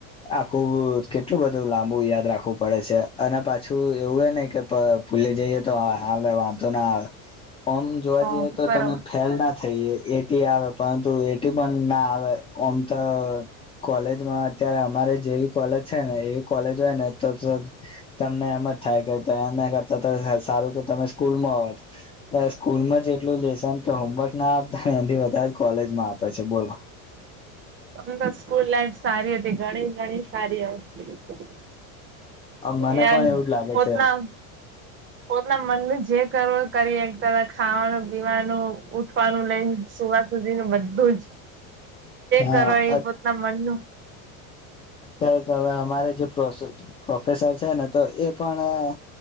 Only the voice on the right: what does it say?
હ
બરોબર
મ તો સ્કૂલ લાઈફ સારી હતી ઘણી ઘણી સારી હ
યાર
ઉતના
ઉતના મનમે જે કરવો કરી એક તરફ ખાવાનું, પીવાનું, ઉઠવાનું લઈને સુવા સુધી નું બધું
કરો એ પોતના મનનું